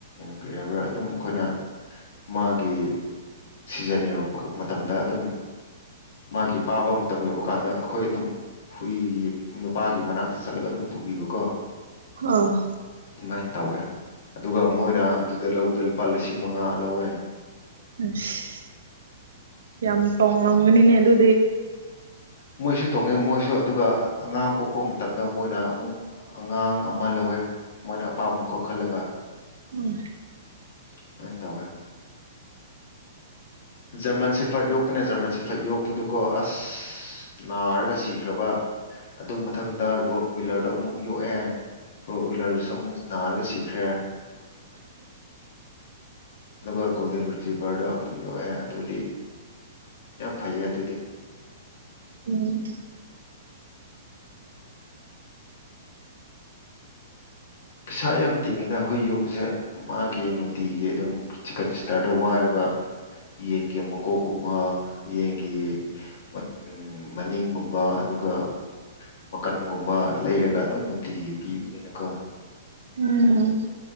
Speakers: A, on the left (about 60°); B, on the right (about 85°).
A: ꯀꯔꯤ ꯍꯥꯏꯕ꯭ꯔꯥ ꯑꯗꯨꯝ ꯑꯩꯈꯣꯏꯅ ꯃꯥꯒꯤ ꯁꯤꯖꯟ ꯌꯧꯔꯛꯄꯀ ꯃꯇꯝꯗ ꯑꯗꯨꯝ ꯃꯥꯒꯤ ꯄꯥꯕ ꯃꯇꯝ ꯌꯧꯕ ꯀꯥꯟꯗ ꯑꯈꯣꯏ ꯑꯗꯨꯝ ꯍꯨꯏ ꯅꯨꯄꯥꯒꯤ ꯃꯅꯥꯛꯇ ꯆꯠꯂꯒ ꯑꯗꯨꯝ ꯄꯨꯕꯤꯕꯀꯣ
B: ꯑꯣ
A: ꯃꯥꯏꯟ ꯇꯧꯋꯦ ꯑꯗꯨꯒ ꯃꯣꯏꯅ ꯑꯗꯨꯗ ꯂꯧꯕꯗ ꯂꯨꯄꯥ ꯂꯤꯁꯤꯡ ꯃꯉꯥ ꯂꯧꯋꯦ
B: ꯑꯁ ꯌꯥꯝ ꯇꯣꯡꯔꯝꯒꯅꯤꯅꯦ ꯑꯗꯨ
A: ꯃꯣꯏꯁꯨ ꯇꯣꯡꯉꯦ ꯃꯣꯏꯁꯨ ꯑꯗꯨꯒ ꯑꯉꯥꯡ ꯄꯣꯛꯄ ꯃꯇꯝꯗ ꯃꯣꯏꯅ ꯑꯃꯨꯛ ꯑꯉꯥꯡ ꯑꯃ ꯂꯧꯋꯦ ꯃꯣꯏꯅ ꯑꯄꯥꯝꯕ ꯀꯣ ꯈꯜꯂꯒ
B: ꯎꯝ
A: ꯃꯥꯏꯟ ꯇꯧꯋꯦ ꯖꯔꯃꯟ ꯁꯦꯐꯔꯗ ꯌꯣꯛꯄꯅꯦ ꯖꯔꯃꯟ ꯁꯦꯐꯔꯗ ꯌꯣꯛꯄꯗꯨꯀꯣ ꯑꯁ ꯅꯥꯔꯒ ꯁꯤꯈ꯭ꯔꯕ ꯑꯗꯨ ꯃꯊꯪꯗ ꯔꯣꯗꯋꯤꯂꯔ ꯗꫭ ꯑꯃꯨꯛ ꯌꯣꯛꯑꯦ ꯔꯣꯗꯋꯤꯂꯔꯗꯨꯁꯨ ꯑꯃꯨꯛ ꯅꯥꯔꯒ ꯁꯤꯈ꯭ꯔꯦ ꯑꯗꯨꯒ ꯒꯣꯜꯗꯦꯟ ꯔꯤꯇ꯭ꯔꯤꯗꯣ ꯑꯃꯨꯛ ꯌꯣꯛꯑꯦ ꯑꯗꯨꯗꯤ ꯌꯥꯝ ꯐꯩꯌꯦ ꯑꯗꯨꯗꯤ
B: ꯎꯝ
A: ꯄꯩꯁꯥ ꯌꯥꯝ ꯇꯤꯡꯉꯤꯗ ꯍꯨꯏ ꯌꯣꯛꯄꯁꯦ ꯃꯥꯒꯤ ꯅꯨꯇꯤꯒꯤ ꯑꯗꯨꯝ ꯆꯤꯀꯟ ꯁꯦꯟꯇꯔꯗ ꯋꯥꯏꯔꯒ ꯌꯦꯟꯒꯤ ꯃꯀꯣꯛ ꯀꯨꯝꯕ ꯌꯦꯟꯒꯤ ꯃꯠ ꯎꯝ ꯎꯝ ꯃꯅꯤꯡꯒꯨꯝꯕ ꯑꯗꯨꯒ ꯃꯀꯟꯒꯨꯝꯕ ꯂꯩꯔꯒ ꯑꯗꯨꯝ ꯅꯨꯡꯇꯤꯒꯤ ꯄꯤꯕꯅꯤꯅꯀꯣ
B: ꯎꯝ